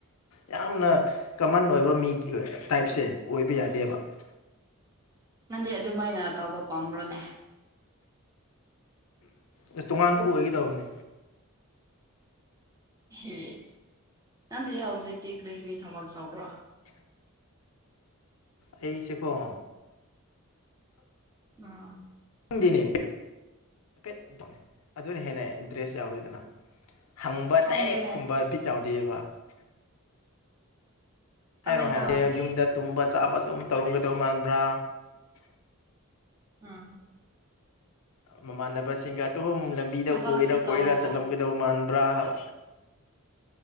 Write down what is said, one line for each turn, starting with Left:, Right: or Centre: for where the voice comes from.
Left: ꯌꯥꯝꯅ ꯀꯃꯟ ꯑꯣꯏꯕ ꯃꯤꯒꯤ ꯇꯥꯏꯞꯁꯦ ꯑꯣꯏꯕ ꯌꯥꯗꯦꯕ
Right: ꯅꯪꯗꯤ ꯑꯗꯨꯃꯥꯏꯅ ꯇꯧꯕ ꯄꯥꯝꯕ꯭ꯔꯣꯅꯦ
Left: ꯑꯁ ꯇꯣꯡꯉꯥꯟꯕꯥꯟꯕ ꯑꯣꯏꯒꯗꯧꯅꯤ
Right: ꯑꯦ ꯅꯪꯗꯤ ꯍꯧꯖꯤꯛꯇꯤ ꯀ꯭ꯔꯤ ꯀ꯭ꯔꯤ ꯊꯕꯛ ꯇꯧꯕ꯭ꯔꯣ
Left: ꯑꯩꯁꯦꯀꯣ
Right: ꯎꯝ
Left: ꯈꯪꯗꯦꯅꯦ ꯍꯥꯏꯐꯦꯠ ꯑꯗꯨꯅ ꯍꯦꯟꯅ ꯏꯟꯇꯔꯦꯁ ꯌꯥꯎꯋꯤꯗꯅ ꯍꯪꯕ
Right: ꯈꯪꯗꯦ
Left: ꯗꯥꯏꯔꯦꯛ ꯈꯨꯝꯕ ꯕꯤꯠ ꯌꯥꯎꯗꯦꯕ
Right: ꯈꯪꯗꯦꯅ
Left: ꯍꯥꯏꯔꯣ ꯍꯥꯏꯔꯦ ꯌꯨꯝꯗ ꯇꯨꯝꯕ ꯆꯥꯕ ꯑꯗꯨꯝ ꯇꯧꯔꯝꯒꯗꯧ ꯃꯥꯟꯕ꯭ꯔꯥ
Right: ꯎꯝ
Left: ꯃꯃꯥꯟꯅꯕꯁꯤꯡꯒ ꯑꯍꯨꯝ ꯂꯝꯕꯤꯗ
Right: ꯊꯕꯛꯇꯤ
Left: ꯀꯣꯏꯔ
Right: ꯇꯧ
Left: ꯀꯣꯏꯔ ꯆꯠꯂꯝꯒ ꯗꯧ ꯃꯥꯟꯕ꯭ꯔꯥꯕ